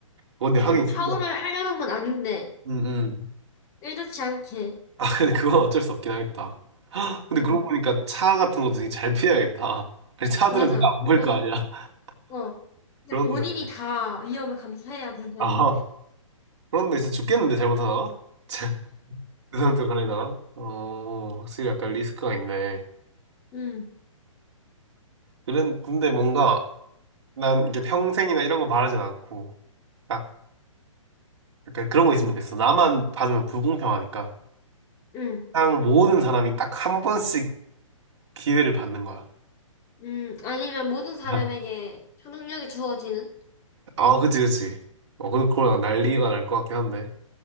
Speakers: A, on the right (about 55°); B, on the left (about 15°).
A: 근데 하긴
B: 그냥 파울을
A: 진짜.
B: 하려는 건 아닌데,
A: 음, 음.
B: 의도치 않게.
A: 아, 근데 그건 어쩔 수 없긴 하겠다. 근데
B: 응,
A: 그러고 보니까 차 같은 것도 되게 잘 피해야겠다. 아니, 차들은
B: 맞아.
A: 내가 안
B: 그건,
A: 보일 거 아니야. <laughs>
B: 어. 이제
A: 그런데.
B: 본인이 다 위험을 감수해야 되는.
A: 아, 그런데 진짜 죽겠는데, 잘못하다가? <laughs> 그 상태로 가려다가? 어, 확실히 약간 리스크가 있네.
B: 응,
A: 그런, 근데 뭔가 난 이게 평생이나 이런 거 바라진 않고, 딱 약간 그런 거 있으면 좋겠어. 나만 받으면 불공평하니까.
B: 응,
A: 세상 모든 사람이 딱 한 번씩 기회를 받는 거야.
B: 응. 아니면 모든 사람에게
A: <laughs>
B: 초능력이 주어지는?
A: 아, 아, 그치, 그치. 어, 근데 그걸 난리가 날 것 같긴 한데.